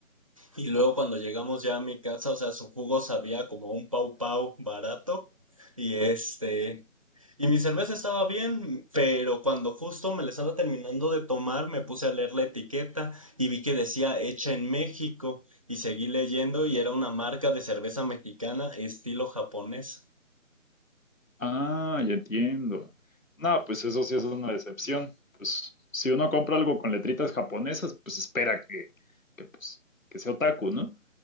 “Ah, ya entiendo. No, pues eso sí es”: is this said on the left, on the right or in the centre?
Left